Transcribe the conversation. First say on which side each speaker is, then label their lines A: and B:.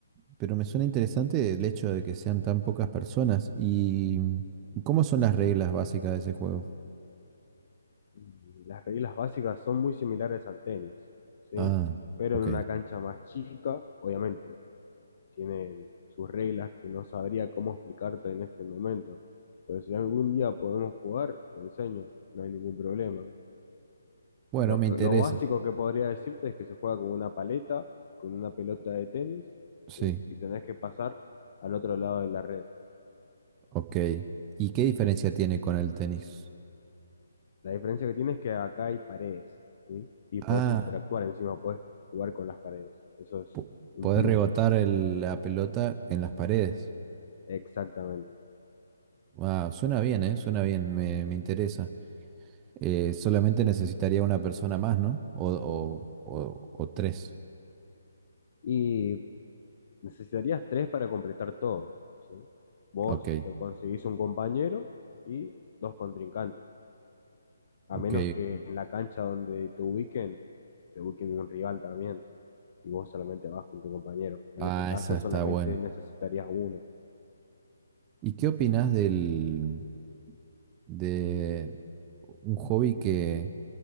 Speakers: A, on the right; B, on the left.
A: pero me suena interesante el hecho de que sean tan pocas personas. ¿Y mm, cómo son las reglas básicas de ese juego?
B: Mm, Las reglas básicas son muy similares al tenis, ¿sí?
A: Ah,
B: Pero
A: ok.
B: en una cancha más chica, obviamente, tienen sus reglas que no sabría cómo explicarte en este momento. Pero si algún día podemos jugar, te enseño, no hay ningún problema.
A: Bueno,
B: Lo
A: me
B: que-
A: interesa.
B: lo básico que podría decirte es que se juega con una paleta, con una pelota de tenis,
A: Sí,
B: ¿sí? Y tenés que pasar al otro lado de la red.
A: ok. ¿Y qué diferencia tiene con el tenis?
B: La diferencia que tiene es que acá hay paredes, ¿sí? Y podés
A: Ah,
B: interactuar encima, podés jugar con las paredes. Eso es
A: po-
B: un
A: poder
B: plus,
A: rebotar el- la pelota en las paredes.
B: exactamente.
A: Ah, suena bien, ¿eh? Suena bien, me, me interesa. Eh, solamente necesitaría una persona más, ¿no? O, o, o, o tres.
B: Y necesitarías tres para completar todo, ¿sí? Vos
A: Ok,
B: te conseguís un compañero y dos contrincantes, a
A: ok.
B: menos que en la cancha donde te ubiquen, te ubiquen un rival también, y vos solamente vas con tu compañero. En
A: Ah,
B: ese caso,
A: esa está
B: solamente
A: buena.
B: necesitarías uno.
A: ¿Y qué opinas del, de un hobby que,